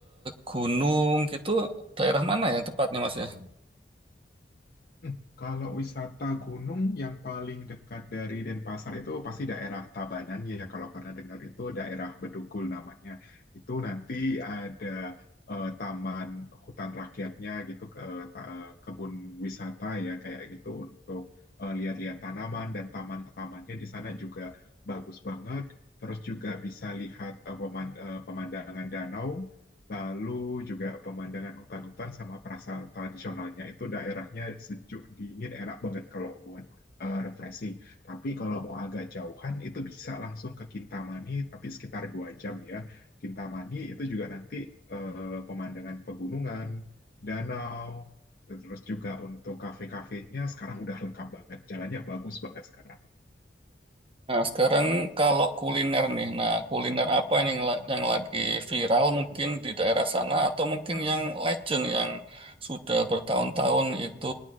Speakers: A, on the right; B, on the left.
A: gunung gitu, daerah mana yang tepatnya Mas ya?
B: Hmm, Kalau wisata gunung yang paling dekat dari Denpasar itu pasti daerah Tabanan ya. Kalau pernah dengar itu daerah Bedugul namanya. Itu nanti ada eh, taman hutan rakyatnya gitu ke ta- kebun wisata ya kayak gitu untuk eh, lihat-lihat tanaman dan taman-tamannya di sana juga bagus banget. Terus juga bisa lihat eh, peman- eh, pemandangan danau Lalu juga pemandangan hutan-hutan sama perasaan tradisionalnya itu daerahnya sejuk, dingin, enak banget kalau buat eh, refreshing. Tapi kalau mau agak jauhan itu bisa langsung ke Kintamani, tapi sekitar dua jam ya. Kintamani itu juga nanti eh, pemandangan pegunungan, danau, terus juga untuk kafe-kafenya sekarang udah lengkap banget. Jalannya bagus banget sekarang.
A: Nah, sekarang kalau kuliner nih, nah kuliner apa nih yang, la- yang lagi viral mungkin di daerah sana atau mungkin yang legend yang sudah bertahun-tahun itu